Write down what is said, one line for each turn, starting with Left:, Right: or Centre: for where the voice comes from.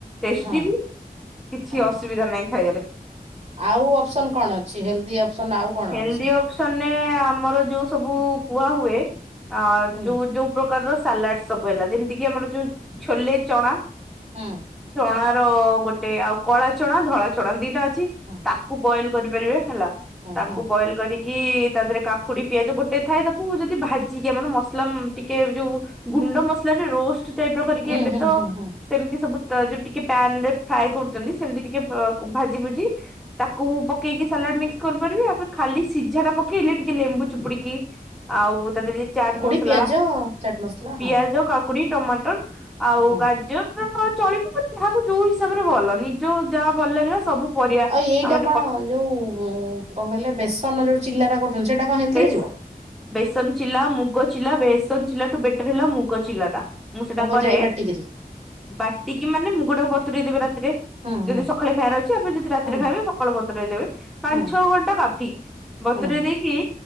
Centre: ଟେଷ୍ଟି
Right: ହଁ
Centre: ବି। କିଛି
Right: ହଁ
Centre: ଅସୁବିଧା ନାହିଁ ଖାଇବାରେ।
Right: ଆଉ ଅପସନ କଣ ଅଛି ହେଲ୍ଦି ଅପସନ୍ ଆଉ କଣ
Centre: ହେଲ୍ଦି
Right: ଅଛି?
Centre: ଆମର ଯୋଉ ସବୁ କୁହା ହୁଏ
Right: ହୁଁ
Centre: ଯୋଉ ଯୋଉ ପ୍ରକାରର ସାଲାଡ ସବୁ ହେଲା ଯେମିତି କି ଆମର ଯୋଉ ଛୋଲେ ଚଣା।
Right: ହଁ।
Centre: ଚଣା ର ଗୋଟେ ଆଉ କଳା ଚଣା ଧଳା ଚଣା ଦିଟା ଅ ଚି
Right: ହଁ
Centre: ତାକୁ ବଏଲ୍ କରିପାରିବେ ହେଲା ତାକୁ
Right: ହୁଁ
Centre: ବଏଲ୍ କରି କି ତା ଦେହେରେ କାକୁଡି ପିଆଜ ଗୋଟେ ଥାଏ ତାକୁ ଯଦି ଭାଜିକି ଆମନ ମସଲା ଉମ ଟିକେ ଯୋଉ ଗୁଣ୍ଡ ମସଲାରେ ରୋଷ୍ଟ ଟାଇପ୍ ର କରିକି
Right: ହୁଁ
Centre: ଏବେ
Right: ହୁଁ ହୁଁ
Centre: ତ
Right: ହୁଁ ହୁଁ
Centre: ସେମିତି ସବୁ ତ ଯୋଉ ଟିକେ ପ୍ୟାନ୍ ରେ ଫ୍ରାଏ କରୁଚନ୍ତି ସେମିତି ଟିକେ ଉବ କୁ ଭାଜି ଭୁଜି ତାକୁ ପକେଇକି ସାଲାଡ ମିକ୍ସ କରି ପାରିବେ ଆପରେ ଖାଲି ସିଝା ଟା ପକେଇଲେ ଟିକେ ଲେମ୍ବୁ ଚୁପୁଡିକି ଆଉ ତା ଦିଏରେ ଚାଟ୍
Right: କାକୁଡି
Centre: ମସଲା
Right: ପିଆଜ ଚାଟ ମସଲା
Centre: ପିଆଜ
Right: ହଁ
Centre: କାକୁଡି ଟମା ଟର ଆଉ
Right: ହଁ
Centre: ଗା ଜର ଟା ନହେଲେ ଚଳିବ ବଟ ଯାହାକୁ ଯୋଉ ହିସାବରେ ଭଲ ନିଜକୁ ଯାହା ଭଲ ଲାଗିଲା ସବୁ ପରିବା
Right: ଆଉ ଏଇଟା
Centre: ଆମର
Right: କଣ ଯୋଉ ଉଁ କଁ କଇଲେ ବେସନ ଯୋଉ ଚିଲାଟା କରୁଚନ୍ତି ସେଇଟା କଣ ହେଲ୍ଦିରେ
Centre: ବେସ
Right: ଯିବ?
Centre: ବେସନ ଚିଲା ମୁଗ ଚିଲା ବେସନ ଚିଲା ଟୁ ବେଟର ହେଲା ମୁଗ ଚିଲା। ଟା ମୁଁ ସେଟା
Right: ମୁଗ
Centre: କରେ।
Right: ଯାଇ ବାଟିକିରି
Centre: ବାଟିକି ମାନେ ମୁଗଟାକୁ ବତୁରେଇଦେବେ ରା ତିରେ
Right: ହୁଁ ହୁଁ
Centre: ଯଦି ସକାଳେ ଖାଇଆର ଅଛି ଆପଣ ଯଦି ରାତିରେ
Right: ହୁଁ
Centre: ଖାଇବେ ସକାଳୁ ବତୁରେଇ ଦେବେ। ପାଁ
Right: ହୁଁ
Centre: ଛଅ ଘଣ୍ଟା କାଫି ବତୁରେଇ
Right: ହୁଁ
Centre: ଦେଇ କି